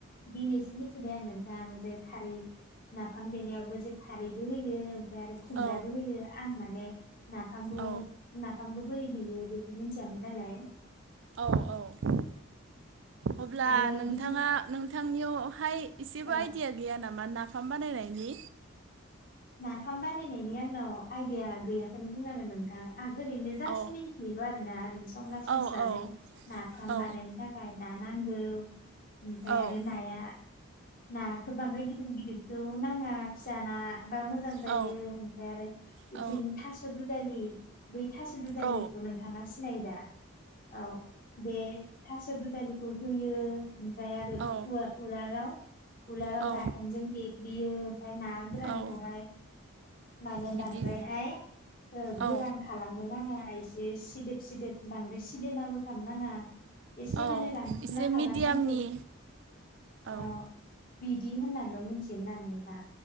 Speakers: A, on the left (about 40°); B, on the right (about 55°).
A: दिनैसो मिथिबाय आं नोंथां जे खारै नाफाम देनायावबो जे खारैबो होयो ओमफ्राय आरो खुमब्राबो
B: औ
A: होयो आं माने नाफामखौ
B: औ
A: नाफामखौ बोरै देयो बेखौ मिथियामोन नालाय
B: औ औ अब्ला
A: आरो
B: नोंथाङा
A: बिथिं
B: नों बिथांनियाव हाय एसेबो
A: औ
B: आइदिया गैया नामा ना <inaudible> नाफाम बानायनायनि
A: नाफाम बानायनायनि आंनाव आइडिया गैयाखौनो बुंनांगोन नोंथाङा। आं ओरैनो जास्ट
B: औ
A: मिन्थियोल' आरो ना ओर <inaudible> संरासनस्रा
B: औ औ
A: जे नाफाम
B: औ
A: बानायनो थाखाय ना नांगौ। आमफ्राय
B: औ
A: आरो नाया ना खौ बांद्राय गिदिर गिदिरखौ नाङा फिसा ना बा मोजां जायो
B: औ
A: आमफ्राय आरो बेथिं
B: औ
A: थास' दुदालि बै थास' दुदालिखौ
B: औ
A: नोंथाङा सिनायो दा? औ बे थास' दुदालि खौ होयो ओमफ्राय आरो
B: औ
A: उवा उलाराव-उलाराव
B: औ
A: गाहेनजों देग्लियो ओमफ्राय ना गोरान
B: औ
A: खौहाय माने
B: बिदि
A: बांद्राय हाय ओ गोरान
B: औ
A: खालामनो नाङा एसे बे सिदोब-सिदोब बांद्राय सिदोबाबो खामनाङा एसे
B: औ
A: माने रानफुला
B: एसे
A: खालाम
B: मिडियामनि
A: नांगौ ओ
B: औ
A: बिदि होननानैल' मिथियोमोन आं। हा